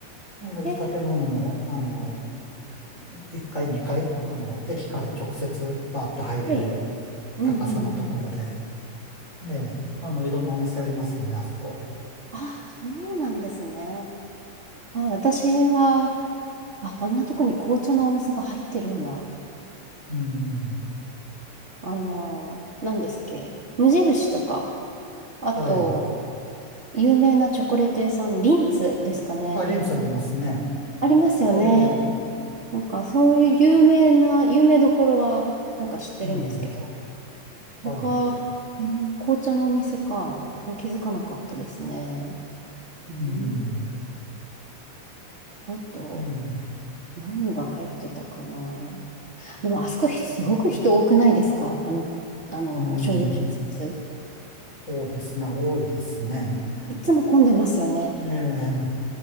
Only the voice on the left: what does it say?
同じ建物の、
あの、1階、2階、あの、駅から直接バーッと入れる
高さのところで、ねえ、あの、いろんなお店ありますよね、あそこ。
うん、
はい。
あ、リンツありますね。
ええ、
うん、はい。
うん、
うん、
うん、
そうですね、多いですね。
ええ、